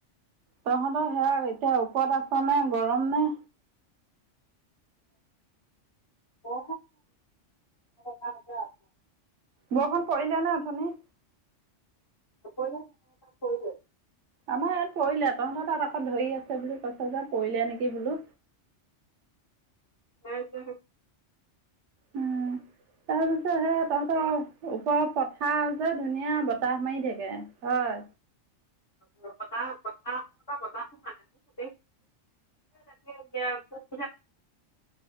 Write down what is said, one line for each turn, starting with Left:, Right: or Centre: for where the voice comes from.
Right: তহঁতৰ সেয়া এতিয়া ওপৰত আছে নে গৰম নে
Left: অ আ <unintelligible>
Right: বৰষুণ পৰিলে নে অথনি
Left: <unintelligible>
Right: আমাৰ ইয়াত পৰিলে তহঁতৰ তাত আক ধৰি আছে বুলি কৈছ যে পৰিলে নেকি বোলো
Left: <unintelligible>
Right: উম, তাৰপিছত সেয়া তহঁতৰ ওপৰত পথাৰ যে ধুনীয়া বতাহ মাৰি থাকে হয়
Left: <inaudible> <unintelligible> <unintelligible>